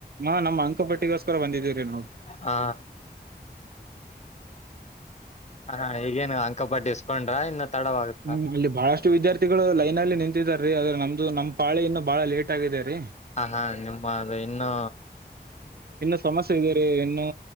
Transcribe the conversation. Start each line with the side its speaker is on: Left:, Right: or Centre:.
Right: ಹಾ ನಮ್ಮ್ ಅಂಕ ಪಟ್ಟಿಗೋಸ್ಕರ ಬಂದಿದ್ದೀವರೀ ನಾವು
Left: ಹಾ ಹಾ ಈಗೇನು ಅಂಕಪಟ್ಟಿ ಇಸ್ಕೊಂಡ್ರ ಇನ್ನು ತಡವಾಗುತ್ತ
Right: ಹ್ಮ್ ಇಲ್ಲಿ ಬಹಳಷ್ಟು ವಿದ್ಯಾರ್ಥಿಗಳು ಲೈನ್ ಅಲ್ಲಿ ನಿಂತಿದ್ದಾರ ರೀ ಆದ್ರ ನಮ್ದ ನಮ್ಮ ಪಾಳ ಇನ್ನು ಬಹಳ ಲೇಟ್ ಟಾಗಿದೆ ರಿ
Left: ಹ ಹಾ ನಿಮ್ಮದು ಇನ್ನು
Right: ಇನ್ನು ಸಮಸ್ಯೆ ಇದೆ ರೀ ಇನ್ನು